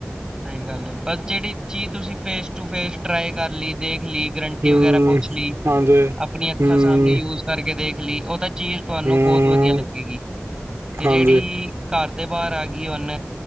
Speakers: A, on the right; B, on the right.
A: ਸਹੀ ਗੱਲ ਹੈ ਬਸ ਜਿਹੜੀ ਚੀਜ਼ ਤੁਸੀਂ ਫੇਸ ਟੂ ਫੇਸ ਟਰਾਈ ਕਰ ਲਈ ਦੇਖ। ਦੇਖ ਲਈ ਗਰੰਟੀ
B: ਹੂੰ,
A: ਵਗੈਰਾ ਪੁੱਛ ਲਈ
B: ਹਾਂਜੀ।
A: ਆਪਣੀਆਂ ਅੱਖਾਂ
B: ਹੂੰ,
A: ਸਾਹਮਣੇ ਯੂਜ ਕਰਕੇ ਦੇਖ ਲਈ ਉਹ ਤਾਂ ਚੀਜ਼ ਤੁਹਾਨੂੰ
B: ਹੂੰ,
A: ਬਹੁਤ ਵਧੀਆ ਲੱਗੇਗੀ ਤੇ
B: ਹਾਂਜੀ,
A: ਜਿਹੜੀ ਘਰ ਦੇ ਬਾਹਰ ਆ ਗਈ ਹੁਣ